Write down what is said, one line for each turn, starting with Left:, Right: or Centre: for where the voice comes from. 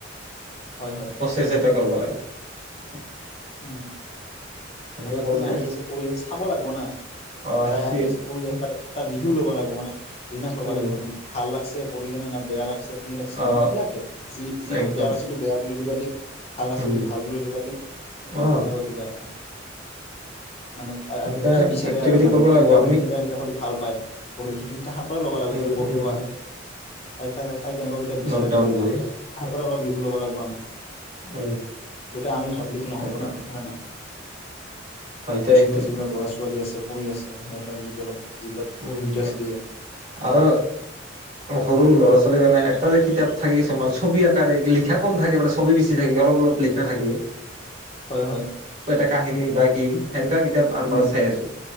Left: হয় হয়
Right: প্ৰচেচ এটা কৰিব লাগিব
Left: উম।
Right: এনেকে
Left: মানে
Right: কৰিলে
Left: কোনে আহি আছে, পৰি আছে, চাব লাগব না।
Right: অ
Left: যাই
Right: সেইটোৱে
Left: আহি আছে, পৰি আছে, তাত তাৰ ভিডিঅ' ল'ব লাগ মোৰ মানে <unintelligible> ল'ব
Right: উম
Left: লাগিব মানে, ভাল লাগ পিছে পৰিকিনে না বেয়া লাগছে কি লাগছে
Right: অ
Left: মানে খোলাকে যি-যি
Right: একদম
Left: হয়, বেয়া লাগছে বেয়া বুলি দিবা দি, ভাল লাগছে
Right: উম
Left: বুলি ভাল বুলি দিবা দি,
Right: অ
Left: এনেকুৱা কিবা এটা। মানে আ
Right: এনেকা
Left: কি বিচাৰে
Right: এক্টিভিটি
Left: আৰু মানে
Right: কৰিব লাগিব
Left: কেনেকুৱা
Right: আমি
Left: হ'লে কেনেকুৱা কিতাপ পঢ়ি ভাল পায়, পঢ়ি সেইটো তাহাৰ পৰাই ল'ব লাগিব
Right: উম
Left: যিয়ে পঢ়িব
Right: উম
Left: আহে, তাই-তাই কেনেকুৱা কিতাপ বিচাৰে
Right: নট ডাউন
Left: পঢ়ি
Right: কৰি
Left: ভাল পায়, তাহাৰ পৰাই অলপ ৰি <unintelligible> লব লাগব আমি।
Right: উম
Left: গোটেই আমি ভাবলিতো নহব
Right: তাকেতো
Left: না, হয়নে নাই?
Right: হয়
Left: অঞ্চলটোৰ
Right: দে
Left: যিবিলাক ল'ৰা-ছোৱালী আছে পঢ়ি আছে। সিহঁতে যদি অলপ যিবিলাক
Right: উম
Left: ইণ্টাৰেষ্ট দিয়ে
Right: আৰু সৰু ল'ৰা-ছোৱালী মানে তাৰে কিতাপ থাকে কিছুমান ছবি আকাৰে, লিখা কম থাকে মানে, ছবি বেছি থাকে, অলপ-অলপ লিখা থাকে।
Left: হয় হয়
Right: এটা কাহিনী বা কি সেনেকুৱা কিতাপ আনবা
Left: উম
Right: চাই আছোঁ।